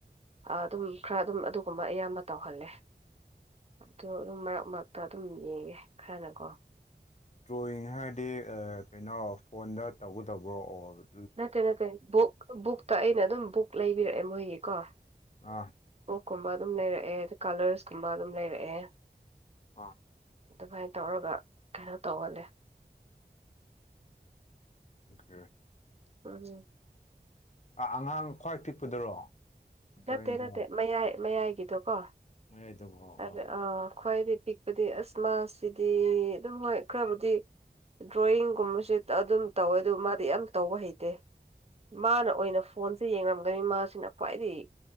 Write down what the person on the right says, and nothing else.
ꯑꯥꯗꯨꯝ ꯈꯔ ꯑꯗꯨꯝ ꯑꯗꯨꯒꯨꯝꯕ ꯑꯌꯥꯝꯕ ꯇꯧꯍꯜꯂꯦ ꯑꯗꯨ ꯑꯗꯨꯝ ꯃꯔꯛ ꯃꯔꯛꯇ ꯑꯗꯨꯝ ꯌꯦꯡꯉꯦ ꯈꯔꯅꯀꯣ
ꯅꯠꯇꯦ ꯅꯠꯇꯦ ꯕꯨꯛ ꯕꯨꯛꯇ ꯑꯩꯅ ꯑꯗꯨꯝ ꯕꯨꯛ ꯂꯩꯕꯤꯔꯛꯑꯦ ꯃꯣꯏꯒꯤꯀꯣ
ꯑꯣꯛꯀꯨꯝꯕ ꯑꯗꯨꯝ ꯂꯩꯔꯛꯑꯦ ꯑꯗ ꯀꯂ꯭ꯔꯁꯀꯨꯝꯕ ꯑꯗꯨꯝ ꯂꯩꯔꯛꯑꯦ
ꯑꯗꯨꯃꯥꯏ ꯇꯧꯔꯒ ꯀꯩꯅꯣ ꯇꯧꯍꯜꯂꯦ
ꯃꯥꯅꯤ
ꯅꯠꯇꯦ
ꯅꯠꯇꯦ
ꯃꯌꯥꯏ ꯃꯌꯥꯏꯒꯤꯗꯨꯀꯣ
ꯑꯗ ꯑꯥ ꯈ꯭ꯋꯥꯏꯗꯩ ꯄꯤꯛ ꯄꯗꯤ ꯑꯁ ꯃꯥꯁꯤꯗꯤ ꯑꯗꯨꯝ ꯍꯣꯏ ꯈꯔꯕꯨꯗꯤ ꯗ꯭ꯔꯣꯌꯤꯡꯒꯨꯝꯕꯁꯨ ꯇꯥ ꯑꯗꯨꯝ ꯇꯧꯋꯦ ꯑꯗꯨ ꯃꯥꯗꯤ ꯌꯥꯝ ꯇꯧꯕ ꯍꯩꯇꯦ ꯃꯥꯅ ꯑꯣꯏꯅ ꯐꯣꯟꯁꯦ ꯌꯦꯡꯔꯝꯒꯅꯤ ꯃꯥꯁꯤꯅ ꯈ꯭ꯋꯥꯏꯗꯒꯤ